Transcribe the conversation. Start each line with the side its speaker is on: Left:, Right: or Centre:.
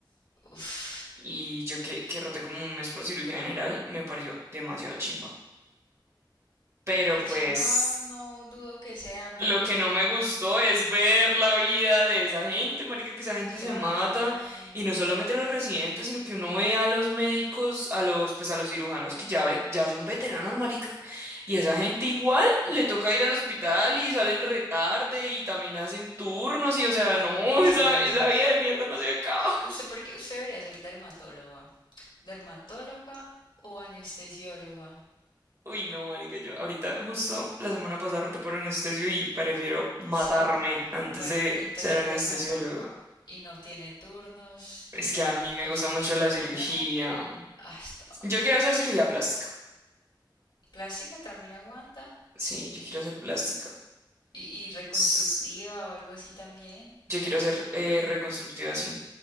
Left: Uf.
Right: y yo que, que roté como un mes por cirugía general, me pareció demasiado chimba. Pero
Left: Pues
Right: pues
Left: chimba, no dudo que sea, pero...
Right: lo que no me gustó es ver
Left: mm,
Right: la vida de esa gente, marica, que esa gente
Left: Claro.
Right: se mata y no solamente los residentes, sino que uno ve a los médicos, a los pues a los cirujanos que ya ve- ya son veteranos, marica, y esa
Left: Mm.
Right: gente igual le toca ir al hospital y salen retarde y también hacen turnos y o sea,
Left: Uy,
Right: no,
Left: no, parce,
Right: <laughs> esa
Left: gracias.
Right: esa vida de mierda no se acaba.
Left: Usted porque usted debería ser dermatóloga. Dermatóloga o anestesióloga.
Right: Uy, no, marica, yo ahorita justo la semana pasada roté por anestesio y prefiero matarme
Left: Cero.
Right: antes
Left: Bueno,
Right: de
Left: entonces
Right: ser anestesiólogo.
Left: dermatóloga. Y no tiene turnos,
Right: Es
Left: tiene
Right: que a mí
Left: un
Right: me
Left: consultorio
Right: gusta mucho la
Left: privado.
Right: cirugía.
Left: Hasta. ahora.
Right: Yo quiero hacer cirugía plástica.
Left: Plástica también aguanta.
Right: Sí, yo quiero hacer plástica.
Left: Y, y reconstructiva
Right: S-
Left: o algo así también,
Right: Yo quiero hacer eh,
Left: ¿no?
Right: reconstructiva, sí.